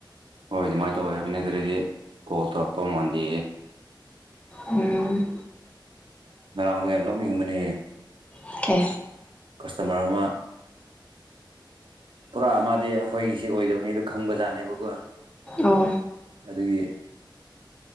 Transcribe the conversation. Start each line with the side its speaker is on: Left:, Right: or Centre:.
Right: ꯍꯣꯏ ꯑꯗꯨꯃꯥꯏꯅ ꯇꯧꯋꯦ ꯍꯥꯢꯕꯅꯦ ꯑꯗꯨꯗꯩꯗꯤ ꯀꯣꯜ ꯇꯧꯔꯛꯄꯥ ꯃꯥꯟꯗꯦꯌꯦ
Left: ꯎꯝ
Right: ꯉꯔꯥꯡꯖꯦ ꯑꯗꯨꯝ ꯍꯤꯡꯕꯅꯦꯌꯦ
Left: ꯑꯣ ꯀꯦ
Right: ꯀꯁꯇꯥꯃꯥꯔ ꯑꯃ ꯄꯨꯔꯥ ꯑꯃꯗꯤ ꯑꯩꯈꯣꯏꯒꯤ ꯑꯣꯏꯗꯕꯅꯤ ꯑꯗꯨ ꯈꯪꯕꯖꯥꯠꯅꯦꯕꯀꯣ
Left: ꯑꯣ
Right: ꯑꯗꯨꯒꯤ